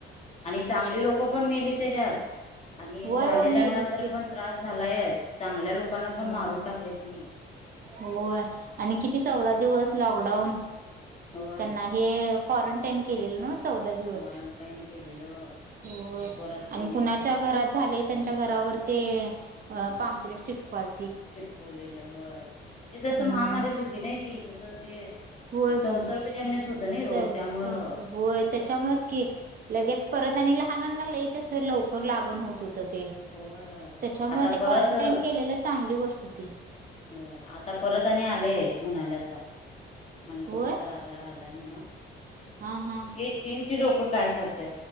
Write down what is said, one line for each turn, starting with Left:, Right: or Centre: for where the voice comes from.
Left: आणि चांगली लोक पण मेली त्याच्यात. आणि
Right: होय
Left: झालेल्यांना
Right: होय मेलीत
Left: तर
Right: की
Left: पण त्रास झालाय चांगल्या लोकांना
Right: होय
Left: पण मारून टाकले त्यांनी.
Right: होय आणि किती चौदा दिवस लॉकडाऊन
Left: होय
Right: त्यांना हे कॉरंटाईन केलेलं ना? चौदा दिवस
Left: क्वारंटाईन केलेलं
Right: हो आणि
Left: परत ते
Right: कुणाच्या घरात झाले. त्यांच्या घरावर ते पामपलेट चिटवाल
Left: चिटकवलेलं होय ते
Right: हम्म
Left: जस महामारीच होती नाही ती तस ते
Right: होय
Left: संसर्गजन्यस
Right: होय
Left: होतं ना
Right: स
Left: रोग त्यामुळं
Right: संस्कार होय त्याच्यामुळेच की लगेच परत आणि लहानांना लई त्याच लवकर लागण होत होतं ते
Left: होय होय
Right: त्याच्यामुळे
Left: आता
Right: ते क्वारंटाईन
Left: परत
Right: केलेलं चांगली गोष्ट होती.
Left: हो आता परत आणि आलेय म्हणाल्यात बा. आणि
Right: होय
Left: कुठला तर आजार आलाय म्हणा
Right: हा हा
Left: हे चीन चे लोक काय करतात?